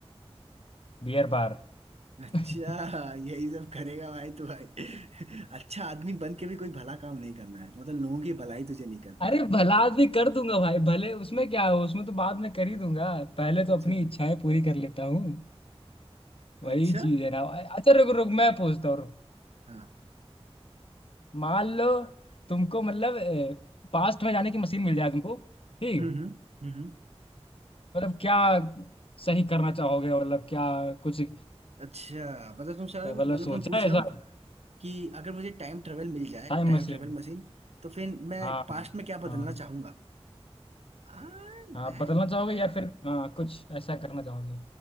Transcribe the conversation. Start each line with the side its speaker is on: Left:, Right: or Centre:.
Left: बियर बार
Right: अच्छा
Left: <laughs>
Right: यही सब करेगा भाई तू भाई अच्छा आदमी बन के भी कोई भला काम नहीं करना है मतलब लोगों की भलाई तुझे नहीं करनी
Left: अरे भला आदमी कर दूंगा भाई भले उसमें क्या हो उसमें तो बाद में कर ही दूंगा पहले
Right: है।
Left: तो
Right: अच्छा
Left: अपनी इच्छाएं पूरी कर लेता हूँ
Right: अच्छा
Left: वही चीज है ना अच्छा रुक रुक मैं पूछता हूँ रुक।
Right: हाँ
Left: मान लो तुमको मतलब पास्ट में जाने की मशीन मिल जाए तुमको ठीक
Right: हम्म हम्म हम्म। हम्म।
Left: मतलब क्या सही करना चाहोगे मतलब क्या कुछ अ,
Right: अच्छा मतलब तुम चाह रहे
Left: मतलब
Right: हो कि- मतलब
Left: सोचा
Right: तुम पूछ
Left: है
Right: रहे
Left: ऐसा
Right: हो कि अगर मुझे टाइम ट्रेवल मिल जाए
Left: Time
Right: टाइम
Left: machine
Right: ट्रेवल मशीन तो फिर मैं
Left: हाँ
Right: पास्ट में क्या
Left: हाँ
Right: बदलना चाहूंगा आ, मैं,
Left: हाँ बदलना चाहोगे
Right: मैं
Left: या फिर हाँ कुछ ऐसा करना चाहोगे